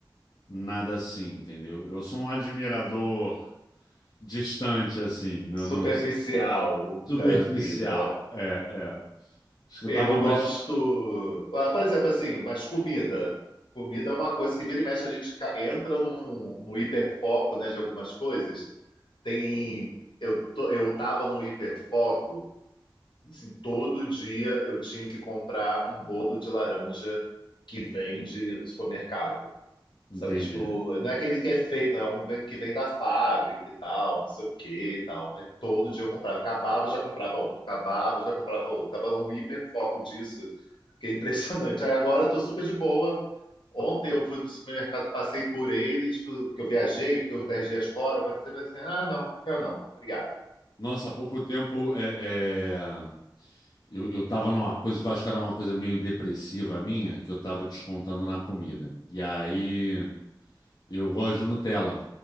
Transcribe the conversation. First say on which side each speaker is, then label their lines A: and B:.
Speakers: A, on the left; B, on the left.
A: nada assim, entendeu? Eu sou um admirador distante, assim, não,
B: superficial
A: não superficial.
B: da vida.
A: É, é. Acho que
B: Eu
A: eu tava mais.
B: gosto. ah, Por exemplo, assim, mas comida. Comida é uma coisa que vira e mexe, a gente ca- entra num, no hiperfoco, né, de algumas coisas. Tem. Eu, tô, eu tava no hiperfoco, assim, todo dia eu tinha que comprar um bolo de laranja que vende no supermercado.
A: Entendi.
B: Sabe, tipo, não é aquele que é feito, é um vem- que vem da fábrica e tal, não sei o que e tal. Aí todo dia eu comprava. Acabava, já comprava outro. Acabava, já comprava outro. Tava um hiperfoco disso que é impressionante. Aí agora eu tô super de boa. Ontem eu fui no supermercado, passei por ele, tipo, porque eu viajei, fiquei uns 10 dias fora, passei por assim, ah, não, quero não, obrigado.
A: Nossa, há pouco tempo é, é, eu, eu tava numa coisa que eu acho que era uma coisa meio depressiva minha, que eu tava descontando na comida. E aí eu gosto de Nutella.